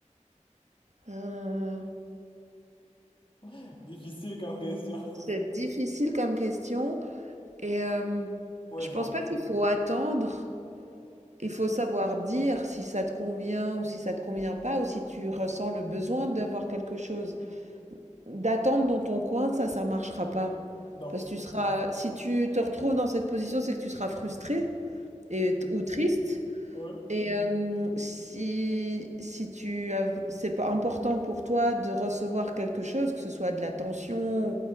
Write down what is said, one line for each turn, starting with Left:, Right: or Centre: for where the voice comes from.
Right: Euh,
Left: <laughs> Difficile comme question.
Right: c'est difficile comme question et euh,
Left: Ouais,
Right: je
Left: genre.
Right: pense pas qu'il faut attendre. Il faut savoir dire si ça te convient ou si ça te convient pas ou si tu ressens le besoin d'avoir quelque chose. D'attendre dans ton coin, ça, ça marchera pas.
Left: Donc,
Right: Parce que tu seras, si tu te retrouves dans cette position, c'est que tu seras frustré et, ou triste.
Left: ouais.
Right: Et euh, si, si tu as, c'est pas important pour toi de recevoir quelque chose, que ce soit de l'attention